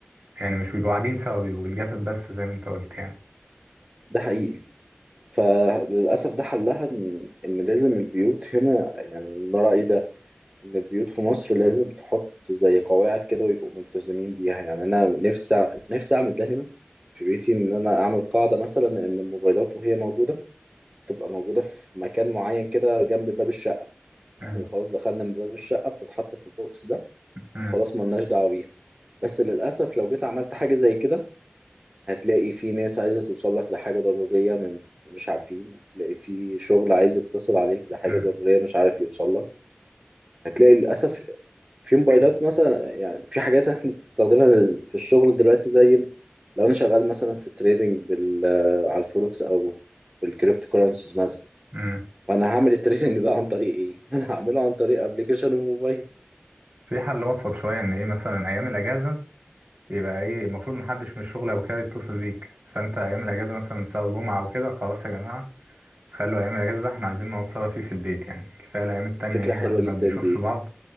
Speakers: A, on the right; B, on the right.
A: يعني مش بيبقوا قاعدين سوا بيبقوا بالجسد بس زي ما انت قلت يعني
B: ده حقيقي فللأسف ده حلها إن إن لازم البيوت هنا يعني من رأيي ده ان البيوت في مصر لازم تحط زي قواعد كده ويبقوا ملتزمين بيها يعني انا نفسي نفسي اعمل ده هنا في بيتي ان انا اعمل قاعده مثلا ان الموبايلات وهي موجوده تبقى موجوده في مكان معين كده جنب باب الشقه
A: مم.
B: احنا خلاص دخلنا من باب الشقه بتتحط في البوكس ده
A: مم.
B: خلاص ملناش دعوه بيها بس للاسف لو جيت عملت حاجه زي كده هتلاقي في ناس عايزه توصل لك لحاجه ضروريه من مش عارفين هتلاقي في شغل عايز يتصل عليك لحاجه
A: مم.
B: ضروريه مش عارف يوصل لك هتلاقي للأسف في موبايلات
A: وقتها-
B: مثلا يعني في حاجات احنا بتستخدمها في الشغل دلوقتي زي لو انا شغال مثلا في تريدنج بال آه، على الفوركس او في الكريبتو كورنسيز مثلا
A: مم.
B: فانا هعمل التريدنج ده عن طريق ايه؟ <laughs> انا هعمله عن طريق ابلكيشن وموبايل
A: في حل وسط شوية ان ايه مثلا ايام الاجازة يبقى ايه المفروض محدش من الشغل او كده يتصل بيك فانت ايام الاجازة مثلا سواء جمعة او كده خلاص يا جماعة خلوا ايام الاجازة ده احنا عايزين نقعد سوا فيه في البيت يعني كفاية الايام التانية
B: فكرة
A: يعني
B: حلوة
A: الواحد ما
B: جدا
A: بيشوفش
B: دي
A: بعض